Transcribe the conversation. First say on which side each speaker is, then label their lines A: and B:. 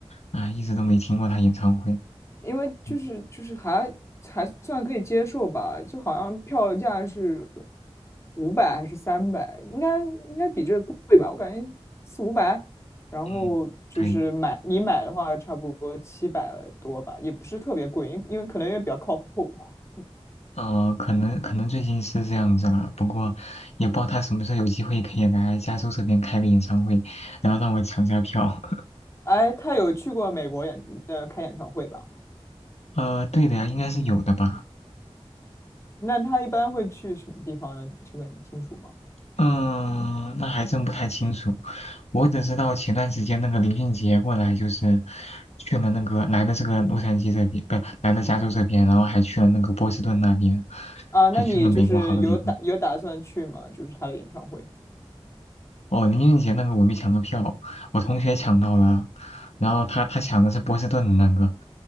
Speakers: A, on the left (about 85°); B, on the left (about 25°).
A: 啊，一直都没听过他演唱会。
B: 因为就是就是还还算可以接受吧，
A: 嗯
B: 就好像票价是五百还是三百，应该应该比这个贵吧，我感觉四五百，然后就是买你买的话差不多七百多吧，
A: 嗯，对，
B: 也不是特别贵，因因为可能因为比较靠后。
A: 呃，可能可能最近是这样子了，不过也不知道他什么时候有机会可以来加州这边开个演唱会，然后让我抢下票。
B: 哎，他有去过美国演呃开演唱会吧？
A: 呃，对的呀，应该是有的吧。
B: 那他一般会去什么地方呢？这个你清楚吗？
A: 嗯、那还真不太清楚。我只知道前段时间那个林俊杰过来，就是去了那个来了这个洛杉矶这边，不来了加州这边，然后还去了那个波士顿那边，
B: 啊，那你就是有打有打算去吗？
A: 还去了美国好多地方。
B: 就是他的演唱会。
A: 哦，林俊杰那个我没抢到票，我同学抢到了，然后他他抢的是波士顿的那个，